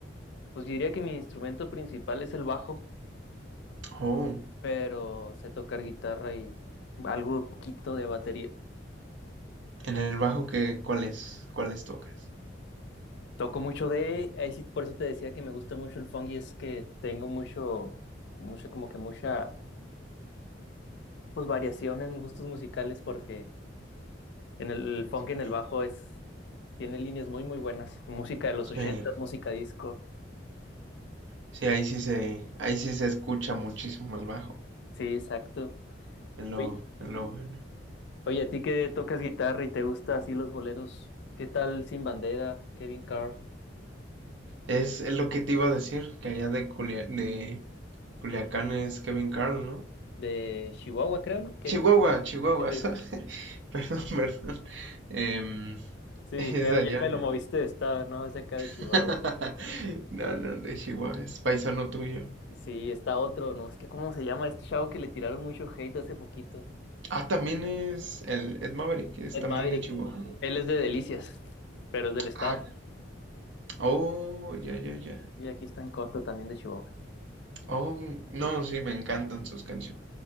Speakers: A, on the left; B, on the right.
A: pues diría que mi instrumento principal es el bajo,
B: Oh,
A: pero sé tocar guitarra y algo poquito de batería.
B: en el bajo qué ¿cuáles, cuáles tocas?
A: Toco mucho de, ahí sí, por eso te decía que me gusta mucho el funk y es que tengo mucho, mucho como que mucha pues variación en gustos musicales porque en el, el funk
B: Sí.
A: y en el bajo es tiene líneas muy muy buenas, música de los
B: Sí,
A: 80, música disco.
B: sí, ahí sí se, ahí sí se escucha muchísimo el bajo.
A: Sí, exacto.
B: Es lo,
A: Oye,
B: es lo bueno.
A: oye, a ti que tocas guitarra y te gusta así los boleros, ¿qué tal Sin Bandera, Kevin Carl
B: Es, es lo que te iba a decir, que allá de, Culia- de Culiacán es Kevin Carl, ¿no?
A: de Chihuahua, creo, ¿no? Kevin
B: Chihuahua,
A: Carl.
B: Chihuahua,
A: Sí, sí.
B: <laughs> sorry. Perdón, perdón. Em,
A: Sí,
B: es
A: dije, ya,
B: de allá,
A: ya me
B: ¿no?
A: lo moviste de estado, ¿no? Es de acá
B: <laughs>
A: de Chihuahua.
B: No, no, de Chihuahua, es paisano tuyo.
A: Sí, está otro, ¿no? Es que ¿cómo se llama este chavo que le tiraron mucho hate hace poquito?
B: Ah, también es el Ed Maverick, es
A: Ed
B: también
A: Maverick.
B: de Chihuahua.
A: Él es de Delicias, pero es del estado.
B: Ah, oh, ya, ya, ya.
A: Y aquí está en corto también de Chihuahua.
B: Oh, no, sí, me encantan sus canciones.